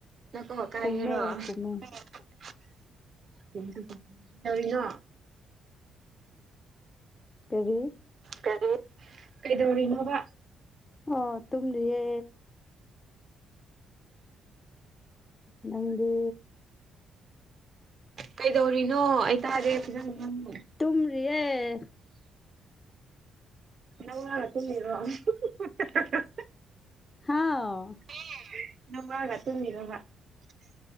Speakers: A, on the right; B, on the left.
A: ꯅ ꯀꯣꯛ ꯀꯥꯏꯒꯦꯔꯣ
B: ꯈꯨꯝꯃꯦ ꯈꯨꯝꯃꯦ
A: <unintelligible> ꯀꯔꯤꯅꯣ
B: ꯀꯔꯤ
A: ꯀꯔꯤ ꯀꯩꯗꯧꯔꯤꯅꯣꯕꯥ
B: ꯑꯣ ꯇꯨꯝꯂꯤꯌꯦ ꯅꯪꯗꯤ
A: ꯀꯩꯗꯧꯔꯤꯅꯣ ꯑꯩ ꯇꯥꯗꯦ ꯐꯖꯅ ꯅꯪꯕꯨ
B: ꯇꯨꯝꯔꯤꯌꯦ
A: <unintelligible>
B: ꯍꯥꯎ
A: <unintelligible>